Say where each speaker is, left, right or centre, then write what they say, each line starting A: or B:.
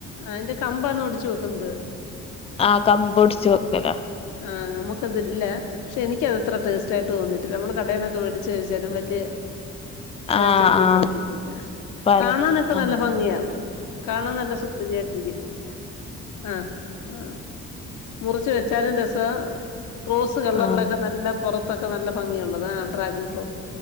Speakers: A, on the left (about 80°); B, on the left (about 20°).
A: അ അതിന്റെ കമ്പാന്നോ ടിച്ചു നോക്കുന്നത്
B: ആ കമ്പൊടിച്ചു വെക്കല
A: ആ നമുക്കതില്ല പക്ഷെ എനിക്കത് അത്ര ടേസ്റ്റയിട്ട് തോന്നിയിട്ടില്ല നമ്മൾ കടയിൽന്നൊക്കെ വേടിച്ചഴിച്ചാലും വല്യ ടേസ്റ്റ്
B: ആഹ്
A: എനിക്ക്
B: ആഹ്
A: തോന്നീട്ടില്ല
B: പലെ
A: കാണാനൊക്കെ
B: ആഹ്
A: നല്ല ഭംഗിയാ കാണാൻ നല്ല സുന്ദരിയായിട്ടിരിക്കും ആ ആ മുറിച്ച് വെച്ചാലും രസവാ റോസ് കളറിലൊക്കെ
B: ആഹ്
A: നല്ല പുറ ത്തൊക്കെ നല്ല ഭംഗിയുണ്ട് ഡ്ര ഫ്രൂട്ട്